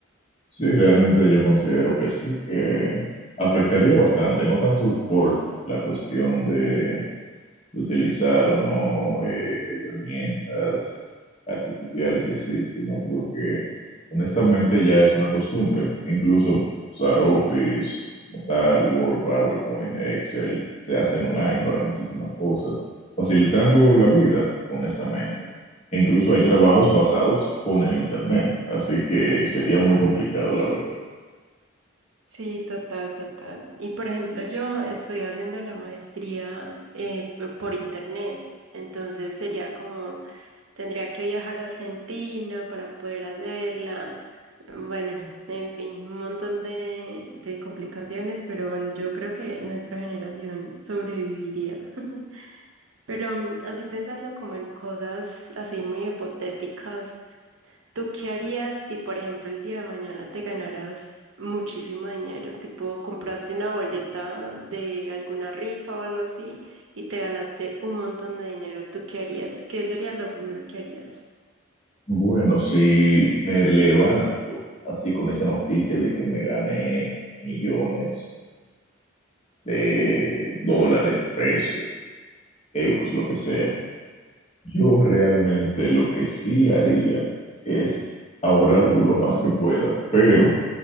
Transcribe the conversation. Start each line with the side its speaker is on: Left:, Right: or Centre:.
Left: Sí, realmente yo considero que sí, que afectaría bastante, no tanto por la cuestión de, de utilizar o no eh, herramientas artificiales y así, sino porque honestamente ya es una costumbre. Incluso usar Office, Tal, Word, PowerPoint, Excel, se hace online para muchísimas cosas, facilitando
Right: Ajá.
Left: la vida, honestamente. E incluso hay trabajos basados con el Internet, así que sería muy complicado, la verdad.
Right: Sí, total, total. Y por ejemplo, yo estoy haciendo la maestría eh, p- por internet, entonces sería como Tendría que viajar a Argentina para poder hacerla. Bueno, en fin, un montón de, de complicaciones, pero bueno, yo creo que nuestra generación sobreviviría. <laughs> Pero mm, así pensando como en cosas así muy hipotéticas, ¿tú qué harías si, por ejemplo, el día de mañana te ganaras muchísimo dinero? Tipo, compraste una boleta de alguna rifa o algo así y te ganaste un montón de dinero. ¿Tú qué harías? ¿Qué sería lo primero que harías?
Left: Bueno, si me levanto así con esa noticia de que me gané millones de dólares, pesos, euros, lo que sea. Yo realmente lo que sí haría es ahorrarlo lo más que pueda, pero